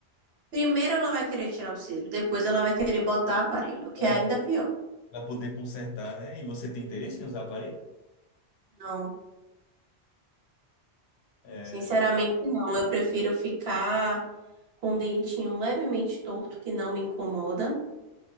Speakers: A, on the right (about 70°); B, on the left (about 75°).
A: Primeiro ela vai querer tirar o siso, depois ela vai querer botar aparelho, que
B: É.
A: é ainda pior.
B: Para poder consertar, né? E você tem interesse em usar aparelho?
A: Não,
B: É,
A: sinceramente não. Eu prefiro ficar com o dentinho levemente torto, que não me incomoda,